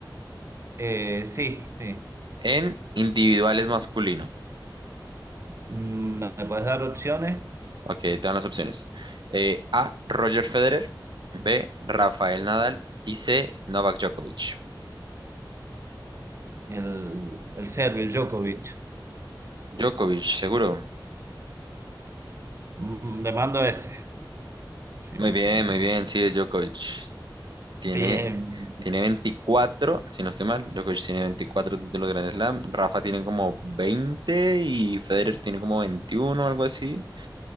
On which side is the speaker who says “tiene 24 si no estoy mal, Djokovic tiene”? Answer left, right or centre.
Right